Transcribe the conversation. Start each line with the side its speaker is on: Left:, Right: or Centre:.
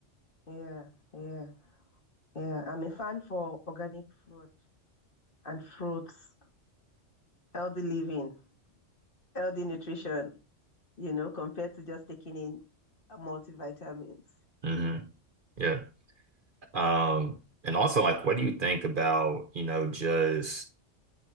Left: Yeah. Yeah. Yeah. I'm a fan for organic food and fruits, healthy living, healthy nutrition, you know, compared to just taking in uh, multivitamins.
Right: hmm Yeah. Um, and also like what do you think about, you know, just